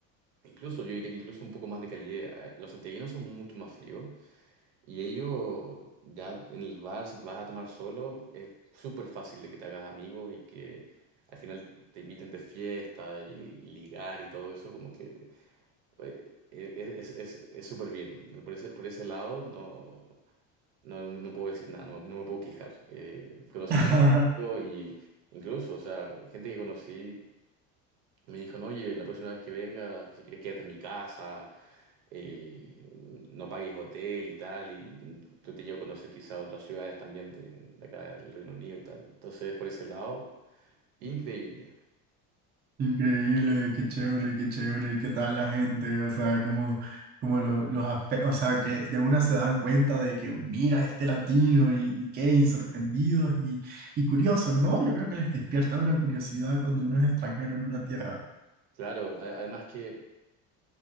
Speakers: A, on the right; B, on the right.
A: incluso yo diría que incluso un poco más de calidez. Eh, Los santiaguinos son mucho más fríos. Y ellos, ya en el bar, si vas a tomar solo, es súper fácil de que te hagas amigos y que al final te inviten de fiesta y, y ligar y todo eso, como que eh, eh, es, es, es, es súper bien. Por ese, por ese lado, no, no, no puedo decir nada, no, me no me puedo quejar. Eh, conocí
B: <laughs>
A: mucho y incluso, o sea, gente que conocí. Me dijo, no, oye, la próxima vez que venga, si quieres quédate en mi casa, eh, no pagues hotel y tal, y yo te llevo a conocer quizá otras ciudades también de, de acá del Reino Unido y tal. Entonces, por ese lado, increíble.
B: Increíble, qué chévere, qué chévere, ¿y qué tal la gente? O sea, como, como lo- los aspectos, o sea, que de una se dan cuenta de que mira este latino y, y qué, y sorprendidos y, y curiosos, ¿no? Yo creo que les despierta una curiosidad cuando uno es extranjero en una tierra.
A: Claro, a- además que